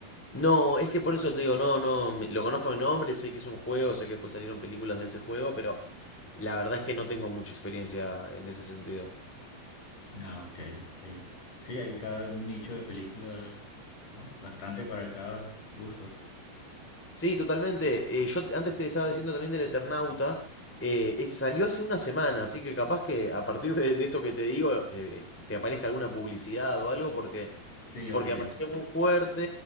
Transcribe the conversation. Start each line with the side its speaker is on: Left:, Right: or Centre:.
Centre: No, es que por eso te digo, no, no, me- lo conozco de nombre, sé que es un juego, sé que después salieron películas de ese juego, pero la verdad es que no tengo mucha experiencia en ese sentido.
Left: Ah, ok, sí. Sí, hay cada un nicho de películas ah, bastante para cada gustos.
Centre: Sí, totalmente. Eh, yo te- antes te estaba diciendo también del Eternauta. eh, es- salió hace una semana, así que capaz que a partir de, de esto que te digo, eh, eh, te aparezca alguna publicidad o algo, porque
Left: Sí, yo
Centre: porque
Left: creo.
Centre: apareció muy fuerte,